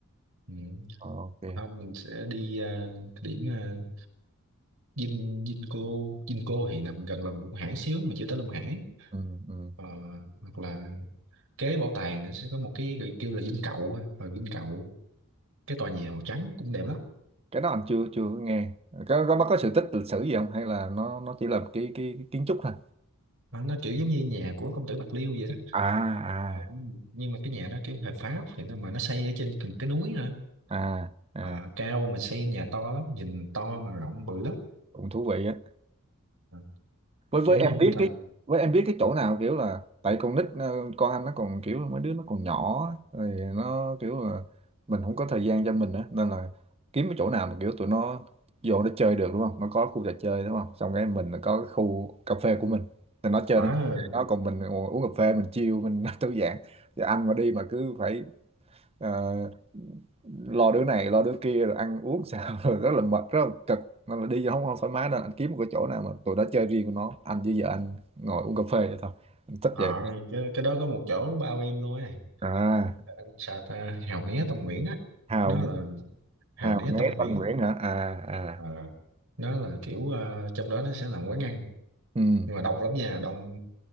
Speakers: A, on the right; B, on the right.
A: ừ.
B: Ờ, ok
A: không mình sẽ đi à, cái điểm uh, Vin Vinco Vinco thì nằm gần lòng Long Hải xíu mà chưa tới Long Hải
B: ừ, ừ.
A: Ờ, hoặc là kế bảo tàng nó sẽ có một cái gọi kêu là Dinh Cậu ha. rồi Dinh Cậu cái tòa nhà màu trắng cũng đẹp lắm
B: cái đó anh chưa chưa có nghe có, có nó có sự tích lịch sử gì không hay là nó nó chỉ là cái cái, cái kiến trúc thôi
A: Ờ, nó kiểu giống như nhà của công tử Bạc Liêu vậy đó
B: à à
A: Ờ, nhưng mà cái nhà đó kiểu hợp pháp thì nó mà nó xây ở trên cái núi nữa
B: à à
A: à, cao mà xây nhà to lắm nhìn to mà rộng bự lắm
B: cũng thú vị á
A: à,
B: với với
A: kiểu như
B: em
A: Vũng
B: biết
A: Tàu
B: cái với em biết cái chỗ nào kiểu là tại con nít ờ, con anh nó còn kiểu mấy đứa nó còn nhỏ á, rồi nó kiểu là mình không có thời gian cho mình á nên là kiếm cái chỗ nào mà kiểu tụi nó vô nó chơi được đúng không nó có khu trò chơi đúng không xong cái mình là có cái khu cà phê của mình thì nó chơi
A: à,
B: nó nó còn mình ngồi uống cà phê mình chill mình <laughs> thư giãn thì anh mà đi mà cứ phải Ờ, lo đứa này lo đứa kia rồi ăn uống sao <laughs> rồi rất là mệt rất là cực nên là đi vô không không thoải mái nên anh kiếm một cái chỗ nào mà tụi nó chơi riêng của nó anh với vợ anh ngồi uống cà phê vậy thôi anh thích
A: họ
B: vậy
A: cái, cái đó có một chỗ bao im luôn ấy
B: à
A: Ờ, Anh sao ta Hào Né Tâm Nguyễn á
B: hào
A: nó là Hào
B: hào
A: Né
B: né
A: Tâm Nguyễn
B: Tân Nguyễn hả à à
A: à, nó là kiểu ờ, trong đó nó sẽ là quán ăn
B: ừ
A: nhưng mà đông lắm nha đông